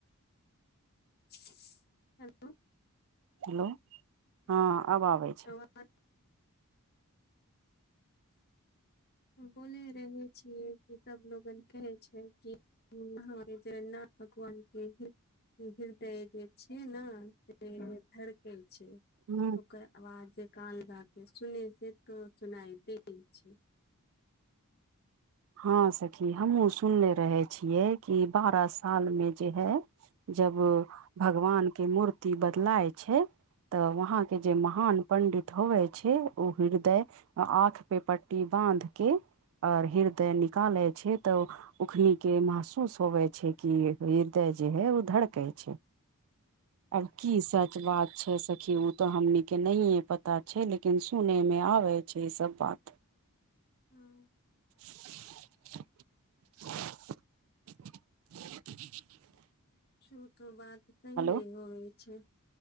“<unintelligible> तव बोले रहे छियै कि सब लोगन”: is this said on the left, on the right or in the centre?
Left